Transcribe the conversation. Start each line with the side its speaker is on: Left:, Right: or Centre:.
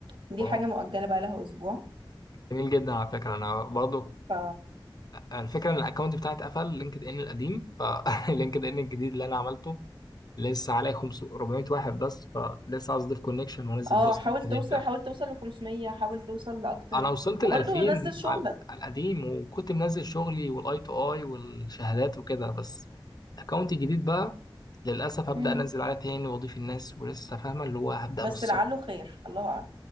Right: دي
Left: واو
Right: حاجه مؤجله بقى لها اسبوع
Left: جميل جدا على فكره انا برضو
Right: ف
Left: الفكره ان الاكونت بتاعي اتقفل لينكد ان القديم فلينكد ان <laughs> الجديد اللي انا عملته لسه عليه 500 400 واحد بس فلسه عاوز اضيف كونكشن وانزل
Right: اه
Left: بوست
Right: حاول توصل
Left: جديد ده
Right: حاول توصل ل 500 حاول توصل لاكتر
Left: انا وصلت ل
Right: وبرضه
Left: 2000
Right: نزل شغلك
Left: على على القديم وكنت منزل شغلي والاي تو اي والشهادات وكده بس الاكونت الجديد بقى للاسف هبدا
Right: امم
Left: انزل عليه تاني واضيف الناس ولسه فاهمه اللي هو هبدا
Right: بس
Left: من الصفر
Right: لعله خير الله اعلم